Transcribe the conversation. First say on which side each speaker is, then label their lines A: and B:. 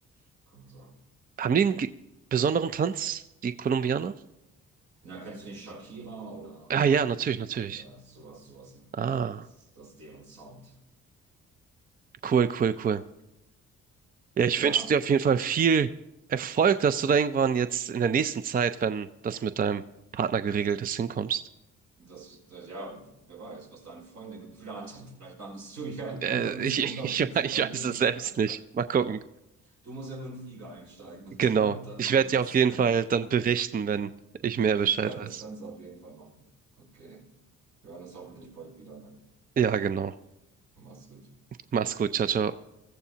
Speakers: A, on the right (about 75°); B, on the right (about 30°).
A: kann man sagen.
B: Haben die einen ge- besonderen Tanz, die Kolumbianer?
A: Na, kennst du nicht Shakira oder
B: Ah ja, natürlich, natürlich.
A: ja, sowas, sowas, ne?
B: Ah,
A: Das ist, das ist deren Sound.
B: cool, cool, cool. Ja, ich
A: Ja,
B: wünsche dir auf jeden Fall viel Erfolg, dass du da irgendwann jetzt in der nächsten Zeit, wenn das mit deinem Partner geregelt ist, hinkommst.
A: das, das, ja, wer weiß, was deine Freunde geplant haben. Vielleicht landest du ja <laughs>
B: Äh,
A: beim nächsten
B: ich, <laughs>
A: Urlaub
B: ich,
A: in
B: ich
A: Südamerika.
B: weiß es selbst nicht. Mal gucken.
A: Du musst ja nur in den Flieger einsteigen und
B: Genau.
A: dann, dann
B: Ich
A: läuft's.
B: werde dir auf jeden Fall dann berichten, wenn ich mehr Bescheid
A: Ja,
B: weiß.
A: das kannst du auf jeden Fall machen. Okay. Wir hören uns hoffentlich bald wieder. Ne?
B: Ja, genau.
A: Mach's gut.
B: Mach's gut. Ciao, ciao.